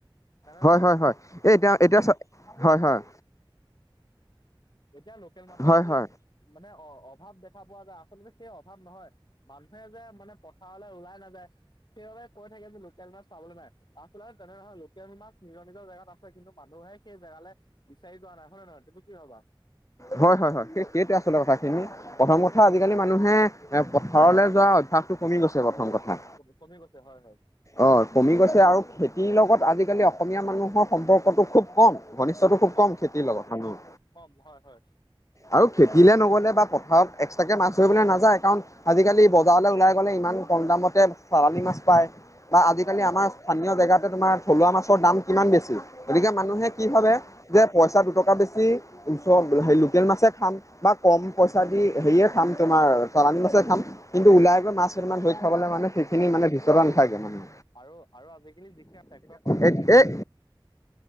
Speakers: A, on the left; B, on the left.
A: তেনেদৰে
B: হয়, হয়, হয়। এই এতিয়া এতিয়া চ হয়, হয়।
A: এতিয়া লোকেল মাছৰ
B: হয়
A: যি
B: হয়
A: মানে, অ-অভাৱ দেখা পোৱা যায়, আচলতে সেই অভাৱ নহয়। মানুহে যে মানে পথাৰলৈ ওলাই নাযায়, সেইবাবে কৈ থাকে যে লোকেল মাছ পাবলৈ নাই। আচলতে তেনে নহয়, লোকেল মাছ নিজৰ নিজৰ জেগাত আছে। কিন্তু মানুহে সেই জেগালে বিচাৰি যোৱা নাই হয়নে নহয়, তুমি কি ভাবা?
B: হয়, হয়, হয়। এ এইটো আচলতে কথাখিনি। প্ৰথম কথা, আজিকালি মানুহে এ পথাৰলৈ যোৱা অভ্যাসটো কমি গৈছে, প্ৰথম কথা।
A: ক-কমি কমি গৈছে হয়, হয়।
B: অ', কমি গৈছে আৰু খেতিৰ লগত আজিকালি অসমীয়া মানুহৰ সম্পৰ্কটো খুব কম। ঘনিষ্ঠটো খুব
A: কম,
B: খেতিৰ লগত মানুহৰ
A: কম, কম হয়, হয়।
B: আৰু খেতিলে নগ'লে বা পথাৰত এক্সট্ৰাকে মাছ ধৰিবলৈ নাযায়, কাৰণ আজিকালি বজাৰলৈ ওলাই গ'লে ইমান কম দামতে চালানী মাছ পায় বা আজিকালি
A: হয় হয়
B: আমাৰ স্থানীয় জেগাতে তোমাৰ থলুৱা মাছৰ দাম কিমান বেছি, গতিকে
A: হয়
B: মানুহে
A: হয়
B: কি
A: হয়
B: ভাবে যে পইচা দুটকা বেছি ওচৰ, হেৰি লোকেল মাছে খাম। বা কম পইচা দি হেৰিয়ে খাম, তোমাৰ চালানী মাছে খাম। কিন্তু ওলাই গৈ মাছ কেইটামান
A: হয় হয়
B: ধৰি খাবলে মানে সেইখিনি মানে ধিষ্ট্ৰাতা
A: হয় হয়।
B: নাথাকে মানে।
A: আৰু, আৰু আজিকালি যিখিনি ট্ৰেক্টৰ পাৱাৰটিলাৰ
B: এতিয়া
A: মেচিন
B: এই